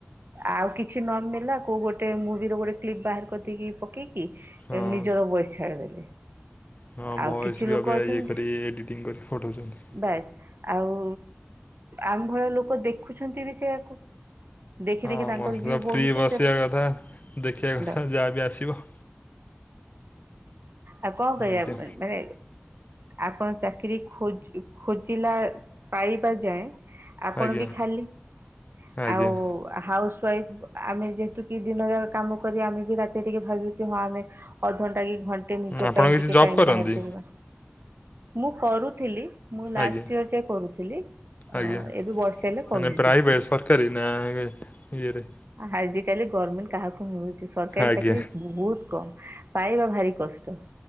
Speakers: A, on the right; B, on the left.
A: ଆଉ କିଛି ନ ମ ନେଲା କୋଉ ଗୋଟେ ମୁଭି ର ଗୋଟେ କ୍ଲିପ ବାହାର କରିଦେଇକି ପକେଇ କି
B: ହଁ
A: ନିଜର ବୟସ ଛାଡ଼ିଦେଲେ।
B: ହଁ
A: ଆଉ
B: ଭଏସ୍
A: କିଛି
B: ବି
A: ଲୋକ
B: ଏବେ
A: ଅଛନ୍ତି
B: ଇଏ କରି ଏଡ଼ିଟିଂ କରି ପଠଉଛନ୍ତି।
A: ବାସ୍ ଆଉ ଆମ୍ଭ ଭଳିଆ ଲୋକ ଦେଖୁଛନ୍ତି ବି ସେୟାକୁ। ଦେଖି
B: ହଁ
A: ଦେଖି ତାଙ୍କର
B: ମେ
A: ଭ୍ୟୁ ବଢୁଛି
B: ଫି ବସିବା
A: ସେ
B: କଥା ଦେଖିବା କଥା
A: ବାସ୍
B: ଯାହାବି ଆସିବ
A: ଆଉ କଣ କହିବା
B: ଆଜ୍ଞା
A: ମାନେ ଆପଣ ଚାକିରି ଖୋ ଖୋଜିଲା ପାଇବା ଯାଏ ଆପଣ
B: ଆଜ୍ଞା
A: ବି ଖାଲି
B: ଆଜ୍ଞା
A: ଆଉ ହାଉସ ୱାଇଫ ଆମେ ଯେହେତୁ କିି ଦିନରେ କାମ କରି ଆମେ ବି ରାତିରେ ଟିକେ ଭାବୁ କି ହଁ ଆମେ ଅଧଣ୍ଟା କି ଘଣ୍ଟେ ନିଜ
B: ଆପଣ
A: ପାଇଁ
B: କିଛି
A: ଟିକେ
B: ଜବ୍
A: ଟାଇମ୍
B: କରନ୍ତି?
A: ବାହାର କରିବା ମୁଁ କରୁଥିଲି ମୁଁ ଲାଷ୍ଟ
B: ଆଜ୍ଞା
A: ଇୟର ଯାଏ କରୁଥିଲି। ଅ
B: ଆଜ୍ଞା।
A: ଏବେ ବର୍ଷେ ହେଲା କରୁନି
B: ମାନେ ପ୍ରାଇଭେଟ
A: କିଛି
B: ସରକାରୀ ନା ଇଏ ରେ
A: ଆଜି କାଲି ଗଭମେଣ୍ଟ କାହାକୁ ମିଳୁଛି ସରକାରୀ
B: ଆଜ୍ଞା
A: ଚାକିରୀ ବହୁତ କମ ପାଇବା ଭାରି କଷ୍ଟ।